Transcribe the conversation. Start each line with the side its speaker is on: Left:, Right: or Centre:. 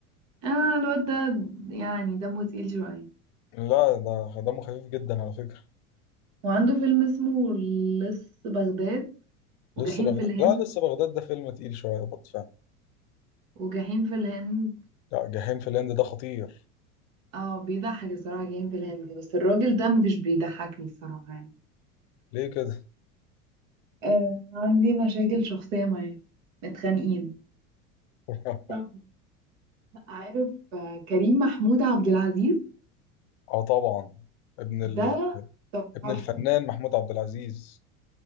Right: اه الواد ده يعني دمه تقيل شوية
Left: لا ده دمه خفيف جدا على فكرة
Right: وعنده فيلم اسمه لص بغداد وجحيم
Left: لسه بغداد
Right: في الهند
Left: لا لسه بغداد ده فيلم تقيل شوية برضه فعلا
Right: وجحيم في الهند
Left: لا جحيم في الهند ده خطير
Right: اه بيضحك الصراحة جحيم في الهند بس الراجل ده مش بيضحكني الصراحة يعني
Left: ليه كده
Right: آه عندي مشاكل شخصية معاه متخانقين
Left: <laughs>
Right: طب عارف آه، كريم محمود عبد العزيز
Left: اه طبعا ابن ال...
Right: ده تحفة
Left: ابن الفنان محمود عبد العزيز